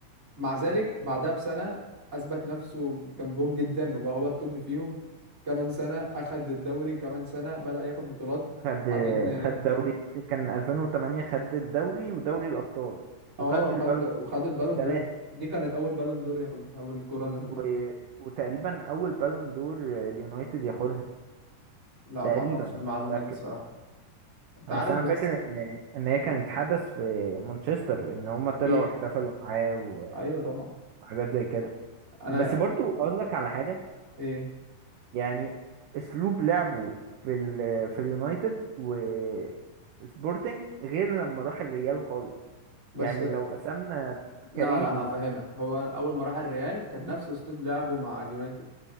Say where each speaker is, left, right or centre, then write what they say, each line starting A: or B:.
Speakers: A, on the right; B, on the right.
A: مع ذلك بعدها بسنة أثبت نفسه جنبهم جدا وبقى هو التوب فيهم كمان سنة أخد الدوري كمان سنة بدأ ياخد بطولات
B: خد
A: بعدين
B: خد دوري كان 2008 خد الدوري ودوري الابطال
A: اه
B: وخد البالون
A: خد وخد
B: دور
A: البالون
B: التلاتة
A: دور دي كانت أول بالون دور ياخدها أو الكرة الذهبية
B: و... وتقريبا اول بالون دور اليونايتد ياخدها
A: لا
B: تقريبا
A: ما أعرفش المعلومة
B: مش متاكد
A: دي الصراحة أنت
B: آه،
A: عارف
B: بس انا
A: بس
B: فاكر ان ان هي كانت حدث في مانشستر ان هم طلعوا
A: أكيد
B: احتفلوا معاه
A: أيوه طبعا
B: وحاجات زي كده
A: انا
B: بس برضو اقول لك على حاجه
A: ايه
B: يعني اسلوب لعبه في ال... في اليونايتد و سبورتنج غير لما راح الريال خالص
A: بس
B: يعني لو قسمنا
A: لا
B: كاريره
A: لا هفهمك هو اول ما راح الريال كان نفس اسلوب لعبه مع اليونايتد